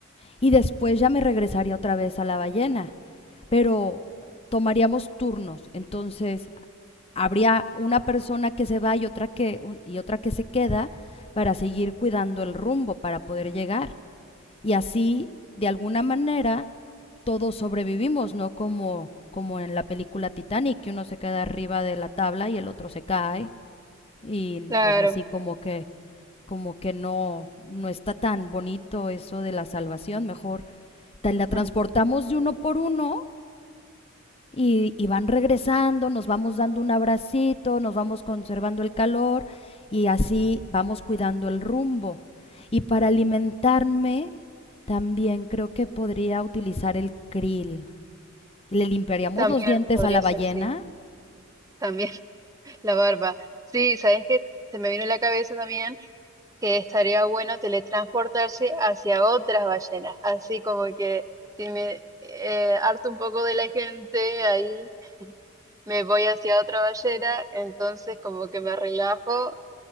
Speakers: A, on the left; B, on the right.
A: y después ya me regresaría otra vez a la ballena. Pero tomaríamos turnos, entonces habría una persona que se va y otra que, y otra que se queda para seguir cuidando el rumbo, para poder llegar. Y así, de alguna manera, todos sobrevivimos, no como, como en la película Titanic, que uno se queda arriba de la tabla y el otro se cae. Y
B: Claro,
A: pues así como que, como que no, no está tan bonito eso de la salvación, mejor te la transportamos
B: <laughs>
A: de uno por uno y, y van regresando, nos vamos dando un abracito, nos vamos conservando el calor y así vamos cuidando el rumbo. Y para alimentarme, también creo que podría utilizar el krill. ¿Y le limpiaríamos
B: también
A: los dientes
B: podría
A: a la ballena?
B: ser, sí. También <laughs> la barba. Sí, ¿sabes qué? Se me vino a la cabeza también que estaría bueno teletransportarse hacia otras ballenas. Así como que si me eh, harto un poco de la gente, ahí me voy hacia otra ballena, entonces como que me relajo